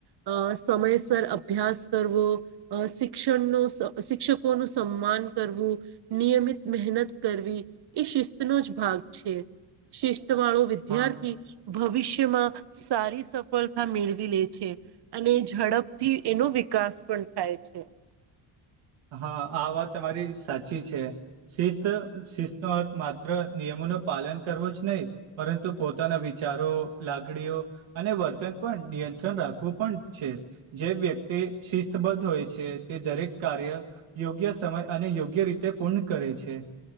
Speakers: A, on the right; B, on the right.
A: અ સમયસર અભ્યા સ કરવો, અ શિક્ષણ નું સ શિક્ષકો નું સન્માન કરવું, નિયમિત મહેનત કરવી, એ શિસ્તનો જ ભાગ છે, શિસ્ત વાળો વિદ્યાર્થી
B: હા
A: ભવિષ્યમાં સારી સફળતા મેળવી લે છે, અને ઝડપથી એનો વિ કાસ પણ થાય છે.
B: <inaudible> હા આ વાત તમારી સાચી છે, શિસ્ત શિસ્તનો અર્થ માત્ર નિયમો નો પાલન કરવો જ નહીં, પરંતુ પોતાના વિચારો, લાગણીઓ અને વર્તન પણ નિયં ત્રળ રાખવું પણ છે, જે વ્યક્તિ શિસ્તબદ્ધ હોય છે, તે દરેક કાર્ય યોગ્ય સમય અને યોગ્ય રીતે પૂર્ણ કરે છે.